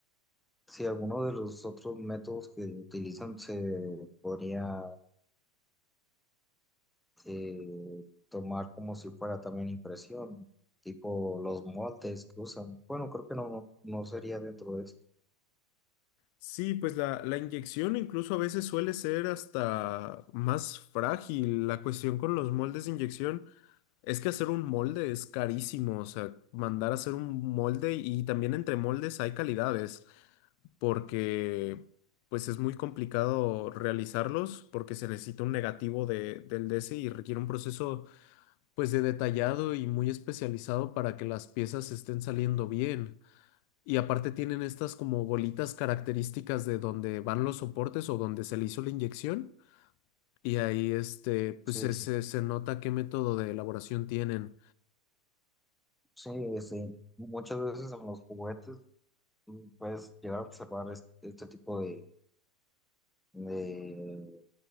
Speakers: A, in the centre; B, on the left (about 45°).
A: Si alguno de los otros métodos que utilizan se podría eh, tomar como si fuera también impresión, tipo los moldes que usan. Bueno, creo que no, no no sería dentro de esto.
B: Sí, pues la, la inyección incluso a veces suele ser hasta más frágil. La cuestión con los moldes de inyección es que hacer un molde es carísimo, o sea, mandar a hacer un molde y también entre moldes hay calidades, porque pues es muy complicado realizarlos porque se necesita un negativo de, del DC y requiere un proceso pues de detallado y muy especializado para que las piezas estén saliendo bien. Y aparte tienen estas como bolitas características de donde van los soportes o donde se le hizo la inyección. Y ahí este, pues
A: Sí,
B: se,
A: sí.
B: se- se nota qué método de elaboración tienen.
A: Sí, este, muchas veces en los juguetes mm, puedes llegar a observar es- este, tipo de, de